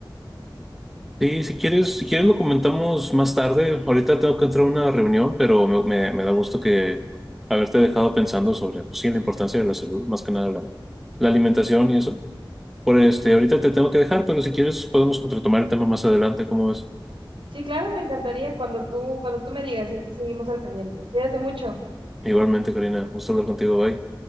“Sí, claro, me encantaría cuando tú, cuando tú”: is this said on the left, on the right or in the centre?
Right